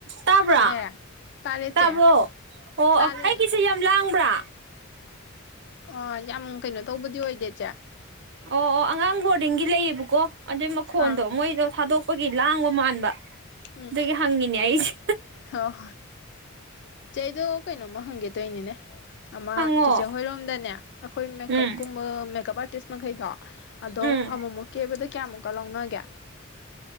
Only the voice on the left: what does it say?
ꯆꯦ ꯇꯥꯔꯦ ꯆꯦ
ꯇꯥꯔꯦ
ꯑꯣ ꯌꯥꯝ ꯀꯩꯅꯣ ꯇꯧꯕꯗꯤ ꯑꯣꯏꯗꯦ ꯏꯆꯦ
ꯑꯥ
ꯎꯝ
ꯍꯣꯏ ꯆꯦꯗꯣ ꯀꯩꯅꯣꯝꯃ ꯍꯪꯒꯦ ꯇꯣꯏꯅꯤꯅꯦ ꯑꯃ
ꯆꯤꯆꯦ ꯍꯣꯏꯔꯣꯝꯗꯅꯦ ꯑꯩꯈꯣꯏ ꯃꯦꯀꯞꯀꯨꯝꯕ
ꯃꯦꯀꯞ ꯑꯥꯔ ꯇꯤꯁ ꯃꯈꯩꯗꯣ ꯑꯗꯣ
ꯑꯃꯨꯛ ꯑꯃꯨꯛ ꯀꯦꯕꯗ ꯀꯌꯥꯃꯨꯛꯀ ꯂꯧꯅꯒꯦ